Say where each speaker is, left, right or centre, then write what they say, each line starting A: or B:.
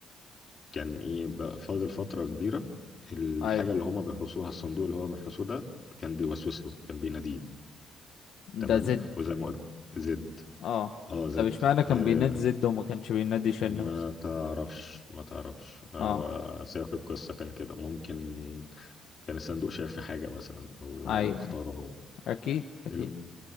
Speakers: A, on the left; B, on the left.
A: كان ايه بقى فاضل فترة كبيرة الحاجة
B: ايوه
A: اللي هما بيحرسوها الصندوق اللي هو بيحرسوه ده كان بيوسوس له كان بيناديه تمام
B: ده زد
A: وزي ما قلت زد
B: اه
A: اه زد
B: طب اشمعنى
A: آه،
B: كان بينادي زد وما كانش بينادي شن
A: ما
B: مثلا
A: تعرفش ما تعرفش هو
B: اه
A: سياق القصة كان كده ممكن كان الصندوق شايف في حاجة مثلا أو هو
B: ايوه
A: مختاره هو
B: اكيد اكيد
A: الم-